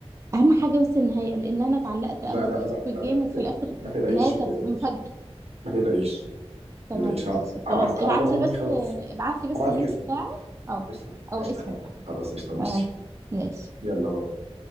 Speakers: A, on the right (about 25°); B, on the right (about 75°).
A: اهم حاجه بس النهايه لان انا اتعلقت
B: لا
A: قوي
B: لا لا
A: بسكويد
B: لا لا
A: جيم
B: ما
A: وفي
B: تق-
A: الاخر
B: ما تقلقيش
A: النهايه كانت
B: ما تقلقيش
A: مفاجاه
B: ما تقلقيش
A: تمام
B: ما تقلقيش
A: ماشي
B: ع- ع-
A: خلاص
B: على
A: ابعت
B: ضمانتي
A: لي بس
B: خلاص
A: ابعت لي بس
B: هبعت
A: اللينك
B: لك اسمي
A: بتاعه او
B: قشطه
A: او
B: قشطه
A: اسمه
B: حاضر.
A: يعني
B: خلاص قشطه ماشي
A: تمام ماشي
B: يلا باي